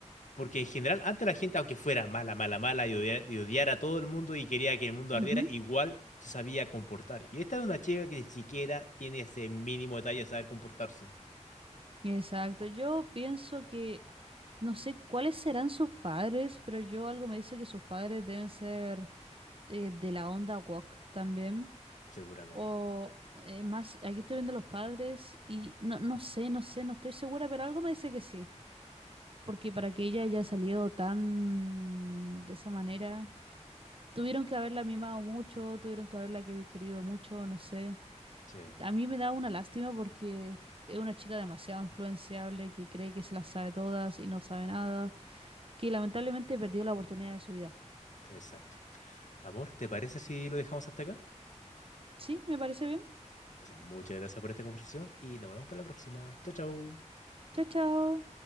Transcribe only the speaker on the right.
Ujú.
Exacto. Yo pienso que, no sé cuáles serán sus padres, pero yo algo me dice que sus padres deben ser eh, de la onda woke también.
O eh, más, aquí estoy viendo los padres y no, no sé, no sé, no estoy segura, pero algo me dice que sí. Porque para que ella haya salido tan de esa manera, tuvieron que haberla mimado mucho, tuvieron que haberla que- querido mucho, no sé.
A mí me da una lástima porque es una chica demasiado influenciable que cree que se las sabe todas y no sabe nada, que lamentablemente perdió la oportunidad de su vida.
¿Sí? ¿Me parece bien?
Chao, chao.